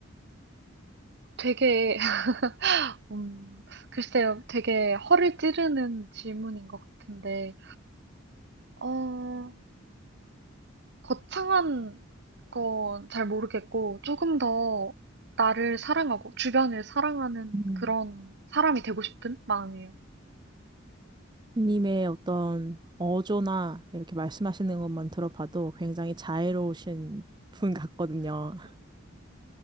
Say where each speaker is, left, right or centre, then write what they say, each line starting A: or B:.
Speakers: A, on the right (about 55°); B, on the right (about 20°).
A: 되게, <laughs> 음, 글쎄요, 되게 허를 찌르는 질문인 것 같은데, 어, 거창한 건 잘 모르겠고, 조금 더 나를 사랑하고, 주변을 사랑하는
B: 음.
A: 그런 사람이 되고 싶은 마음이에요.
B: 님의 어떤 어조나 이렇게 말씀하시는 것만 들어봐도 굉장히 자애로우신 분 같거든요.